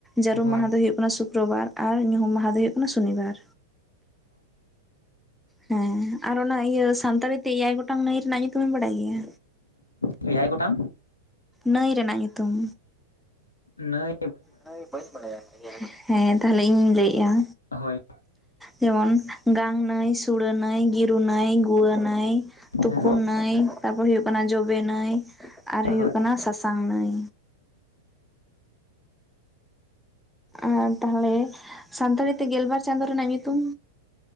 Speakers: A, in the centre; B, on the left.
A: ᱡᱟᱹᱨᱩᱢ
B: ᱦᱳᱭ
A: ᱢᱟᱦᱟ ᱫᱚ ᱦᱩᱭᱩᱜ ᱠᱟᱱᱟ ᱥᱩᱠᱼᱼ ᱥᱩᱠᱨᱚᱵᱟᱨ ᱟᱨ ᱧᱩᱦᱩᱢ ᱢᱟᱦᱟ ᱫᱚ ᱦᱩᱭᱩᱜ ᱠᱟᱱᱟ ᱥᱚᱱᱤᱵᱟᱨ, ᱦᱮᱸ ᱟᱨ ᱚᱱᱟ ᱤᱭᱟᱹ ᱥᱟᱱᱛᱟᱲᱤ ᱛᱮ ᱮᱭᱟᱭ ᱜᱚᱴᱼᱼ ᱴᱟᱝ ᱱᱟᱹᱭ ᱨᱮᱱᱟᱜ ᱧᱩᱛᱩᱢᱢᱮᱢ ᱵᱟᱲᱟᱭ ᱜᱮᱭᱟ?
B: ᱮᱭᱟᱭ ᱜᱚᱴᱟᱝ
A: ᱱᱟᱹᱭ ᱨᱮᱱᱟᱜ ᱧᱩᱛᱩᱢ,
B: ᱱᱟᱹ
A: ᱱᱟᱹᱭ ᱵᱟᱹᱧ ᱵᱟᱰᱟᱭᱟ ᱦᱮᱸ ᱛᱟᱦᱞᱮ ᱤᱧᱤᱧ ᱞᱟᱹᱭ ᱮᱼᱟ
B: ᱦᱳᱭ
A: ᱡᱮᱢᱚᱱ ᱜᱟᱝ ᱱᱟᱹᱭ ᱥᱩᱲᱟᱹ ᱱᱟᱹᱭ ᱱᱟᱹᱭ, ᱜᱤᱨᱩ ᱱᱟᱹᱭ, ᱜᱩᱣᱟᱹ ᱱᱟᱹᱭ, ᱛᱩᱯᱩᱱ
B: ᱦᱮᱸ
A: ᱱᱟᱹᱭ, ᱛᱟᱨᱯᱚᱨ ᱦᱩᱭᱩᱜ ᱠᱟᱱᱟ ᱡᱚᱵᱮ ᱱᱟᱹᱭ, ᱟᱨ ᱦᱩᱭᱩᱜ
B: ᱦᱳᱭ
A: ᱠᱟᱱᱟ ᱥᱟᱥᱟᱝ ᱱᱟᱹᱭ। ᱟᱨ ᱛᱟᱦᱞᱮ ᱥᱟᱱᱛᱟᱲᱤᱛᱮ ᱜᱮᱞᱵᱟᱨ ᱪᱟᱸᱫᱳ ᱨᱮᱱᱟᱜ ᱧᱩᱛᱩᱢ?